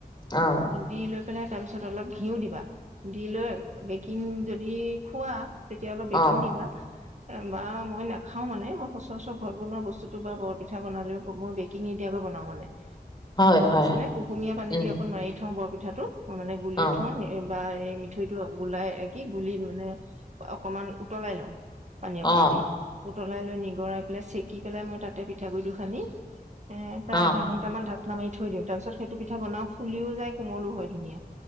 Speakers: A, on the left; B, on the right.
A: অ'।
B: দি লৈ পেলাই তাৰ পিছত অলপ ঘিঁউ দিবা, দি লৈ বেকিং যদি খোৱা তেতিয়া অলপ বেকিং
A: অ
B: দিবা।
A: <inaudible>
B: বা মই নাখাওঁ মানে, মই সচৰাচৰ ঘৰত বনোৱা বস্তুটো বা বৰ পিঠা বনালেও মই বেকিং নিদিয়াকৈ বনাও মানে।
A: <inaudible>
B: গম
A: হয়
B: পাইছ নে, কুহুমীয়া পানী
A: উম
B: দি অকণ মাৰি থওঁ বৰপিঠাটো, মানে গুলি
A: অ
B: থওঁ। বা এই মিঠৈটো গলাই কি গুলি মানে অকমান উতলাই লওঁ। পানী
A: অ',
B: অকমান দি, উতলাই লৈ নিগৰাই পেলাই চেকি পেলাই, মই তাতে পিঠাগু়িটো সানী এ প্ৰায়
A: অ',
B: আধা ঘন্টামান ঢাকনা মাৰি থৈ দিওঁ, তাৰ পিছত সেইটো পিঠা বনাও, ফুলিও যায়, কোমলো হয় ধুনীয়া।